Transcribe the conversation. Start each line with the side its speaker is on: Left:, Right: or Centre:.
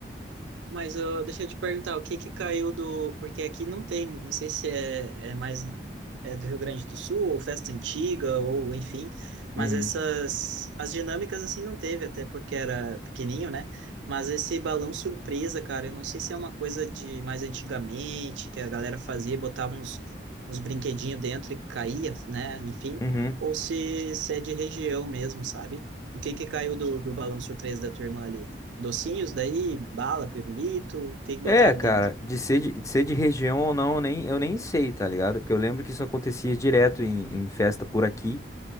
Right: Mas eu, deixa eu te perguntar, o que que caiu do. Porque aqui não tem, não sei se é, é mais é do Rio Grande do Sul, ou festa antiga, ou enfim, mas
Left: Uhum.
Right: essas. As dinâmicas assim não teve, até porque era pequenininho, né? Mas esse balão surpresa, cara, eu não sei se é uma coisa de mais antigamente, que a galera fazia, botava uns, uns brinquedinhos dentro e caía, né? Enfim,
Left: Uhum.
Right: ou se, se é de região mesmo, sabe? O que que caiu do, do balão surpresa da tua irmã ali? Docinhos daí, bala, pirulito, o que que botaram
Left: É, cara,
Right: dentro?
Left: de ser de, de ser de região ou não, eu nem, eu nem sei, tá ligado? Porque eu lembro que isso acontecia direto em, em festa por aqui,